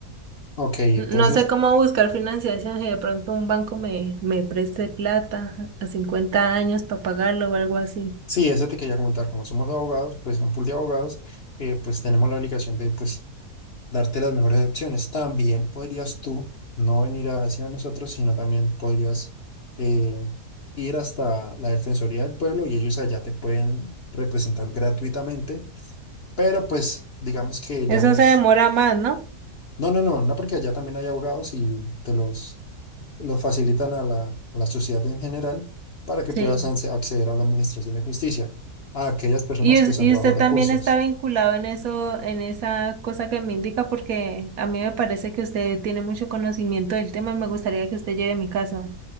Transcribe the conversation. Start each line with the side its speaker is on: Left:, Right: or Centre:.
Left: Ok,
Right: n-
Left: entonces,
Right: no sé cómo buscar financiación, si de pronto un banco me, me preste plata a 50 años para pagarlo o algo así.
Left: sí, eso te quería comentar, como somos abogados, pues un pool de abogados, eh, pues tenemos la obligación de pues darte las mejores opciones. También podrías tú no venir hacia nosotros, sino también podrías eh, ir hasta la Defensoría del Pueblo y ellos allá te pueden representar gratuitamente, pero pues digamos que
Right: Eso
Left: ya no es...
Right: se demora más, ¿no?
Left: No, no, no, no, porque allá también hay abogados y te los, los facilitan a la, a la sociedad en general para que
Right: Sí.
Left: puedas anse- acceder a la Administración de Justicia, a aquellas personas
Right: Y, us-
Left: que son
Right: y
Left: de
Right: usted
Left: bajos recursos.
Right: también está vinculado en eso, en esa cosa que me indica, porque a mí me parece que usted tiene mucho conocimiento del tema y me gustaría que usted lleve mi caso.